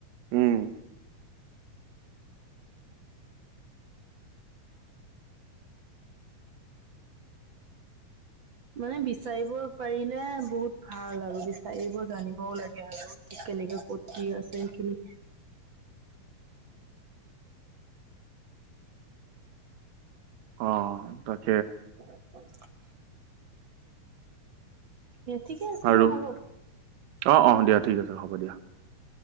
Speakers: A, on the right; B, on the right.
A: উম।
B: মানে বিচাৰিব পাৰিলে বহুত ভাল আৰু বিচাৰিব জানিবও লাগে আৰু কেনেকে ক আছে সেইখিনি
A: অঁ তাকে
B: ত এ ঠিকে আছে
A: আৰু
B: দিয়া হব।
A: অ অ দিয়া ঠিক আছে হ'ব দিয়া